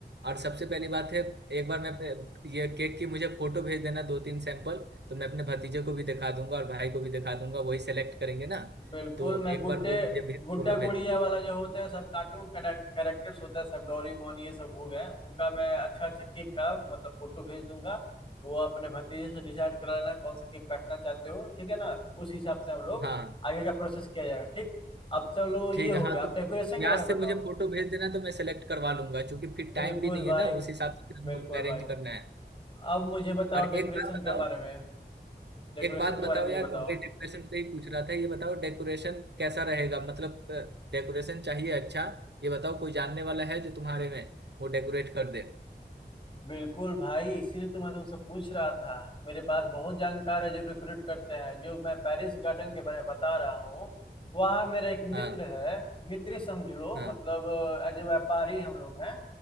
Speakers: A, on the right; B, on the left.
A: और सबसे पहली बात है एक बार मैं ये केक की मुझे फोटो भेज देना दो तीन सैंपल तो मैं अपने भतीजे को भी दिखा दूंगा और भाई को भी दिखा दूंगा वही सेलेक्ट करेंगे ना
B: बिल्कुल
A: तो
B: मैं
A: एक
B: गुड्डे
A: बार वो मुझे भेज
B: गुड्डा
A: फोटो
B: गुड़िया
A: भेज देना
B: वाला जो होता है सब कार्टून कैरेक्टर्स होता है सब डोरेमोन ये सब हो गए उनका मैं अच्छा अच्छा केक का मतलब फोटो भेज दूंगा वो अपने भतीजे से डिसाइड कर लेना कौन सा केक काटना चाहते हो ठीक है ना उस हिसाब से हम लोग
A: हाँ
B: आगे का प्रोसेस किया जाएगा ठीक अब चलो ये
A: ठीक
B: हो
A: है हाँ
B: गया
A: तो
B: अब डेकोरेशन के
A: याद
B: बारे में
A: से
B: बताओ
A: मुझे फोटो भेज देना तो मैं सेलेक्ट करवा लूंगा क्योंकि फिर
B: बिल्कुल
A: टाइम भी नहीं है
B: भाई
A: ना उस हिसाब से फिर हम
B: बिल्कुल
A: लोग को अरेंज
B: भाई
A: करना है
B: अब मुझे बताओ
A: और
B: डेकोरेशन
A: एक बात बताओ
B: के बारे में डेकोरेशन
A: एक बात
B: के बारे
A: बताओ
B: में मुझे
A: यार
B: बताओ
A: वही डेकोरेशन पे ही पूछ रहा था ये बताओ डेकोरेशन कैसा रहेगा मतलब डेकोरेशन चाहिए अच्छा ये बताओ कोई जानने वाला है जो तुम्हारे में वो डेकोरेट कर दे
B: बिल्कुल भाई इसीलिए तो मैं तुमसे पूछ रहा था मेरे पास बहुत जानकार है जो रिक्रूट करते हैं जो मैं पेरिस गार्डन के बारे में बता रहा हूँ वहाँ मेरा एक
A: हाँ
B: मित्र है मित्र ही समझ लो
A: हाँ
B: मतलब एज ए व्यापारी हम लोग हैं